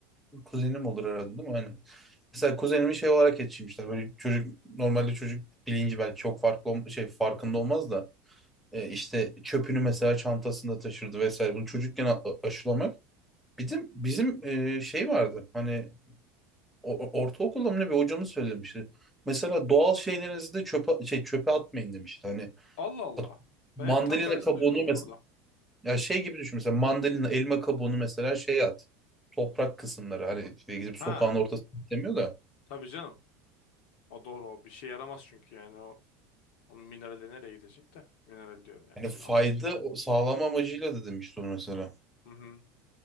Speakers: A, in the centre; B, on the left.
A: kuzenim olur herhalde değil mi? Hani mesela kuzenimi şey olarak yetiştirmişler böyle çocuk normalde çocuk bilinci belki çok farklı olm- şey farkında olmaz da e, işte çöpünü mesela çantasında taşırdı vesaire. Bunu çocukken a- aşılamak. Bizim bizim e, şey vardı. Hani o- o- ortaokulda mı ne bir hocamız söylemişti. Mesela doğal şeylerinizi de çöpe şey çöpe atmayın demişti. Hani
B: Allah Allah.
A: at- mandalina
B: Ben hep tam tersini
A: kabuğunu
B: duydum bu
A: mesela
B: arada.
A: ya şey gibi düşün mesela mandalina elma kabuğunu mesela şey at. Toprak kısımları hani işte gidip sokağın
B: Ha
A: ortasına demiyor da
B: tabii canım. O doğru o bir şey yaramaz çünkü yani o onun minerali nereye gidecek de. Mineral diyorum yani
A: yani
B: işte
A: fayda
B: anladım.
A: sağlama amacıyla da demişti onu mesela.
B: Hı hı.